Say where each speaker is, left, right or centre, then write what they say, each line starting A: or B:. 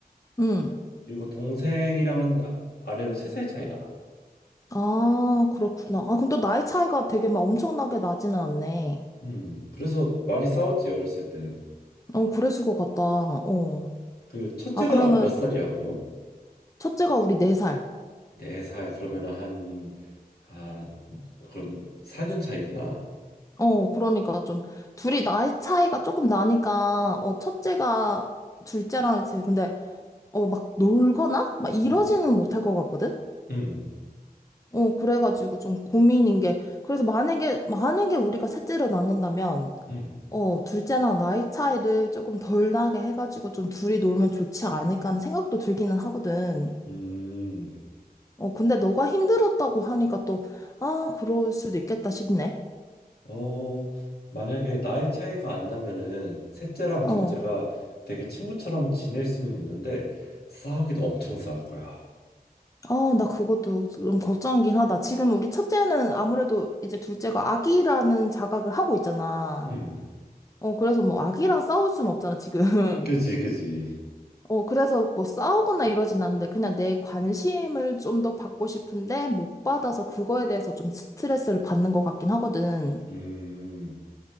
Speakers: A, on the left; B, on the left.
A: 응.
B: 그리고 동생이랑은 아- 아래로 세 살 차이 나.
A: 아, 그렇구나. 아, 근데 또 나이 차이가 되게 막 엄청나게 나지는 않네.
B: 음 그래서 많이 싸웠지 어렸을 땐.
A: 어, 그랬을 것 같다. 어.
B: 그 첫째가
A: 아, 그러면
B: 몇 살이야 그럼?
A: 첫째가 우리 네살
B: 네 살 그러면은 한 아 그럼 사 년 차이구나.
A: 어, 그러니까 좀 둘이 나이 차이가 조금 나니까, 어, 첫째가 둘째랑 이제 근데, 어, 막 놀거나? 막 이러지는
B: 음
A: 못할 것 같거든?
B: 음,
A: 어, 그래가지고 좀 고민인 게, 그래서 만약에, 만약에 우리가 셋째를 낳는다면,
B: 음,
A: 어, 둘째랑 나이 차이를 조금 덜 나게 해가지고 좀 둘이 놀면 좋지 않을까 하는 생각도 들기는 하거든.
B: 음.
A: 어, 근데 너가 힘들었다고 하니까 또, 아, 그럴 수도 있겠다 싶네.
B: 어, 만약에 나이 차이가 안 나면은 셋째랑
A: 어,
B: 둘째가 되게 친구처럼 지낼 수는 있는데 싸우기도 엄청 싸울 거야.
A: 아, 나 그것도 좀 걱정이긴 하다. 지금 우리 첫째는 아무래도 이제 둘째가 아기라는 자각을 하고 있잖아.
B: 음,
A: 어, 그래서 뭐 아기랑 싸울 순 없잖아, 지금.
B: 그지,
A: <laughs>
B: 그지.
A: 어, 그래서 뭐 싸우거나 이러진 않는데 그냥 내 관심을 좀 더 받고 싶은데 못 받아서 그거에 대해서 좀 스트레스를 받는 것 같긴 하거든.
B: 음.